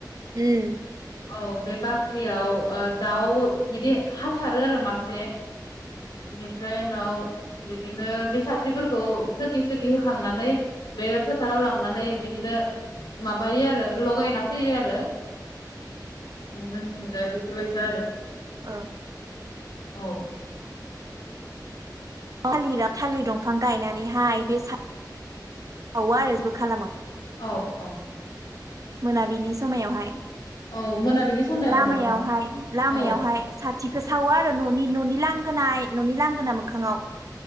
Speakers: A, on the right; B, on the left.
A: उम ।
B: औ बे बाख्रियाव ओ दाउ बिदि हाथारो आरो मासे बेनिफ्राय उनाव बिदिनो बे साथिफोरखौ थोखि सोगि होखांनानै बे फोथाराव लांनानै बिदिनो माबायो आरो लगायना फैयो आरो जोंनि थिंजाय बेफोरबायसा आरो ।
A: ओ
B: औ
A: थालिरा थालिर दंफां गायनानैहाय बे सा औवा आरि ज' खालामो
B: औ औ औ
A: मोनाबिलि समायावहाय
B: औ मोनाबिलि समायावनोथ'
A: लामायावहाय
B: औ
A: लामायावहाय
B: औ
A: साथिखौ सावो आरो न नि न'नि लांगोनाय न'नि लांगोना मोखाङाव